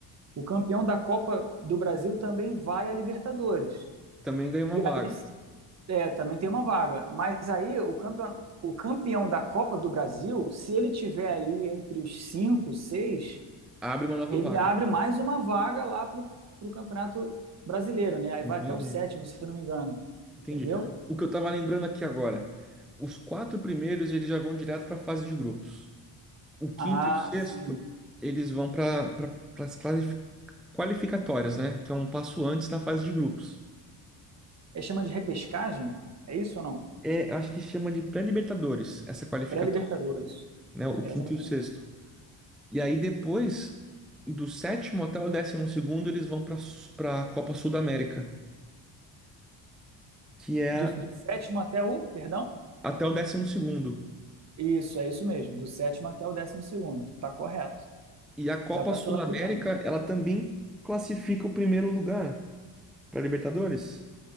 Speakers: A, on the right; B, in the centre.
A: o campeão da Copa do Brasil também vai à Libertadores.
B: Também ganha uma
A: E
B: vaga.
A: aí, É, também tem uma vaga. Mas aí o campeão, o campeão da Copa do Brasil, se ele tiver ali entre os cinco, seis,
B: Abre uma nova
A: ele
B: vaga.
A: abre mais uma vaga lá pro, pro Campeonato Brasileiro, né? Aí
B: Entendi.
A: vai até o sétimo, se eu não me engano.
B: Entendi.
A: Entendeu?
B: O que eu tava lembrando aqui agora, os quatro primeiros eles já vão direto para a fase de grupos. O quinto
A: Ah,
B: e o sexto,
A: sim.
B: eles vão para pra, as qualificatórias, né? Que é um passo antes da fase de grupos.
A: É chama de repescagem? É isso ou não?
B: É, acho que chama de pré-libertadores essa qualificatória,
A: Pré-Libertadores.
B: né? O
A: É
B: quinto
A: exatamente.
B: e o sexto. E aí depois, do sétimo até o décimo segundo, eles vão para para a Copa Sul-América, que é
A: Do, do sétimo até o, perdão?
B: até o décimo segundo.
A: Isso, é isso mesmo. Do sétimo até o décimo segundo. Tá correto.
B: E a Copa
A: Vai para
B: Sul-América,
A: a Sul-Americana.
B: ela também classifica o primeiro lugar. Pra Libertadores?